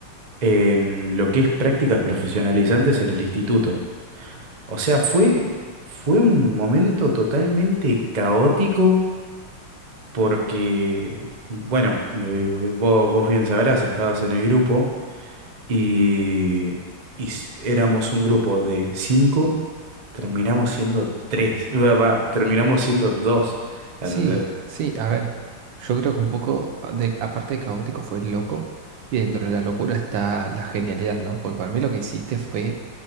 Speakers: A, on the right; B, on the right.
A: en lo que es prácticas profesionalizantes en el instituto. O sea, fue, fue un momento totalmente caótico porque, bueno, eh, vos, vos bien sabrás, estabas en el grupo. Y, y s- éramos un grupo de cinco, terminamos siendo tres, va, va, terminamos siendo dos, ¿entendés?
B: Sí, sí, a ver. Yo creo que un poco, a- de, aparte de caótico, fue loco. Y dentro de la locura está la genialidad, ¿no? Porque para mí lo que hiciste fue